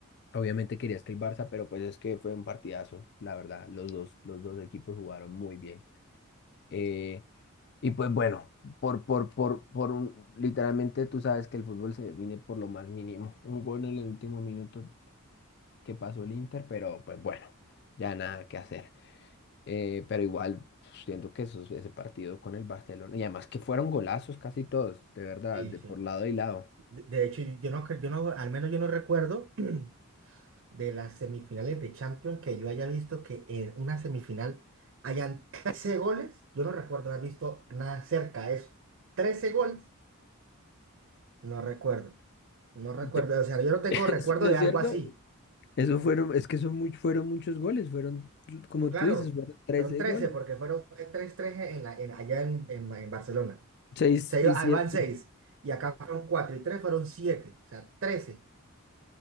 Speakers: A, on the left; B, on the right.
A: Obviamente querías que el Barça, pero pues es que fue un partidazo, la verdad. Los dos, los dos equipos jugaron muy bien. Eh, y pues bueno, por, por, por, por un, literalmente tú sabes que el fútbol se define por lo más mínimo. <laughs> Un gol en el último minuto que pasó el Inter, pero pues bueno, ya nada que hacer. Eh, pero igual siento que esos- ese partido con el Barcelona, y además que fueron golazos casi todos, de verdad,
B: Sí,
A: de
B: sí.
A: por lado y lado.
B: De, de hecho, yo no, cre- yo no, al menos yo no recuerdo <clears throat> de las semifinales de Champions que yo haya visto que en una semifinal hayan 13 goles. Yo no recuerdo haber visto nada cerca de eso. trece goles No recuerdo. No recuerdo.
A: Sí,
B: O sea, yo no tengo
A: <laughs>
B: recuerdo
A: ¿No
B: de
A: es
B: algo
A: cierto?
B: así.
A: Eso
B: Bueno,
A: fueron, es que son muy, fueron muchos goles, fueron, como
B: Claro,
A: tú dices, fueron 13
B: fueron 13
A: goles.
B: porque fueron tres tres en la, en, allá en, en- en Barcelona.
A: seis
B: O sea,
A: y
B: yo,
A: siete
B: ahí van 6 y acá fueron 4 y 3 fueron siete O sea, trece